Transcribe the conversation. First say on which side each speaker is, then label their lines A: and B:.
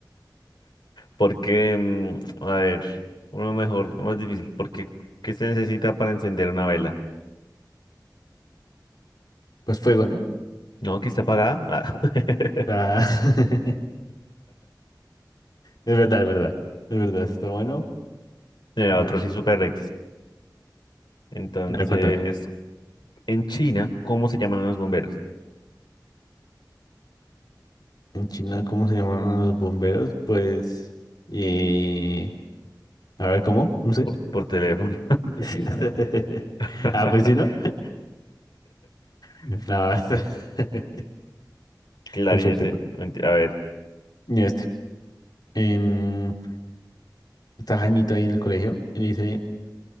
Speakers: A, on the left; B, on the left.
A: Porque, mm, a ver, uno mejor, uno más difícil, porque ¿qué se necesita para encender una vela?
B: Pues fuego, ¿no?
A: No, aquí está apagada. Ah. <laughs>
B: Ah, <laughs> Es verdad, es verdad. Es verdad, está bueno.
A: Eh,
B: A
A: Otro
B: ver,
A: sí, super X. Entonces,
B: a ver, cuéntame.
A: en China, ¿cómo se llaman a los bomberos?
B: En China, ¿cómo se llaman los bomberos? Pues. Y. A ver, ¿cómo? No sé.
A: Por, por teléfono.
B: <laughs>
A: <laughs>
B: Ah, pues sí, ¿no? No, está- <laughs>
A: Clarinete.
B: perfecto. perfecto.
A: menti- A ver.
B: Mira este. Em, está Jaimito ahí en el colegio y le dice.